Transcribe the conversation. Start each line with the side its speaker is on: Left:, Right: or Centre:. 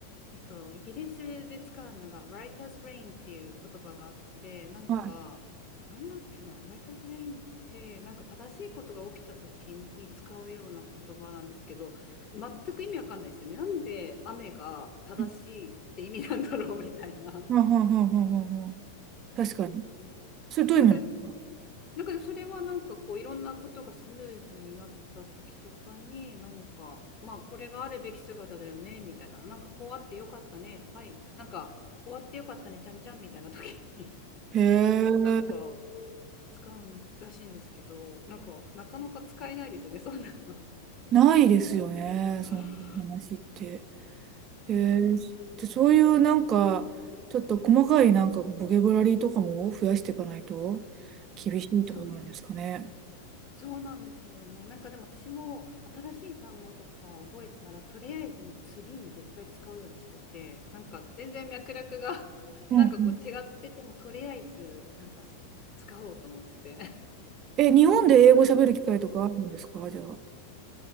Left: えっと、イギリスで使うのが、Writer's Rain っていう言葉があって、なんか、
Right: は
Left: なんだっけな、Writer's Rain って、なんか正しいことが起きた時に使うような言葉なんですけど、全く意味わかんないですよね。なんで雨が正しいって意味なんだろうみたいな。
Right: い。はははははは確かに。それどういう意味なんですか
Left: なんか、なんかそれはなんかこういろんなことがスムーズになった時とかになんかまあこれがあるべき姿だよねみたいななんかこうあってよかったねはいなんか終わってよかったねちゃんちゃんみたいな時に
Right: へえ、
Left: <laughs> なんか使うらしいんですけどなんかなかなか使えないですよねそんなの。
Right: ないですよね。その話って。
Left: <laughs>
Right: へえ、
Left: そうなんですよ。
Right: で、そういうなんか、ちょっと細かいなんかボキャブラリーとかも増やしていかないと厳しいってことなんですかね。
Left: <laughs> そうそうなんですよね。なんかでも私も新しい単語とか覚えたら、とりあえずもう次に絶対使うようにしてて、なんか全然脈絡が <laughs>
Right: うんうん。
Left: なんかこう違ってても、とりあえずなんか使おうと思ってて。<laughs>
Right: え、日本で英語喋る機会とかあるんですかじゃあ。